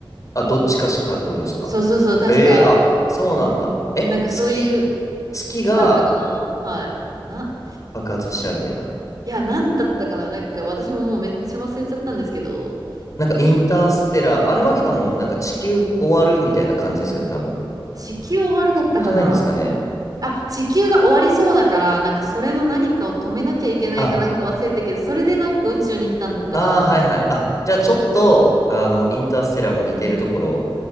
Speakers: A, on the left; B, on the right.
A: あ、どっちかしかってことですかええー、
B: そうそうそう、確か、
A: あ、そうなんだ。え、
B: なんかそういう、
A: 月、月が
B: 月だったかなはい。な、
A: 爆発しちゃうみたいな。
B: いや、なんだったかななんか私ももうめっちゃ忘れちゃったんですけど、
A: なんかインターステラー、アルマゲドンもなんか地球終わるみたいな感じですよね、多分。
B: 地球終わるだったかな
A: 地球じゃないんですかね。
B: あ、地球が終わりそうだから、なんかそれの何かを止めなきゃいけないかなんか忘れたけど、
A: あ、
B: それでなんか宇宙に行ったんだったかな。
A: ああ、はいはい。あ、じゃあちょっと、あの、インターステラーも似てるところ